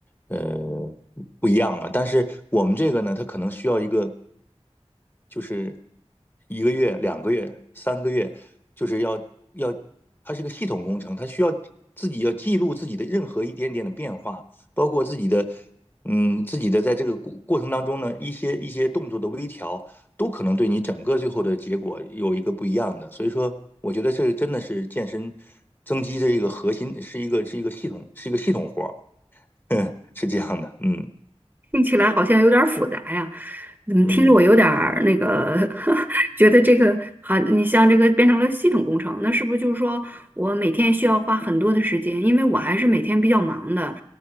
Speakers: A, on the left; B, on the right.
A: 呃不一样了。但是我们这个呢，它可能需要一个，就是一个月、两个月、三个月，就是要要，它是个系统工程，它需要自己要记录自己的任何一点点的变化，包括自己的。嗯，自己的在这个过过程当中呢，一些一些动作的微调，都可能对你整个最后的结果有一个不一样的。所以说，我觉得这真的是健身增肌的一个核心，是一个是一个系统，是一个系统活儿，<laughs> 是这样的。嗯
B: 听起来好像有点儿复杂呀，怎么听着我有点儿那个，
A: 嗯
B: <laughs> 觉得这个好，你像这个变成了系统工程，那是不是就是说我每天需要花很多的时间？因为我还是每天比较忙的，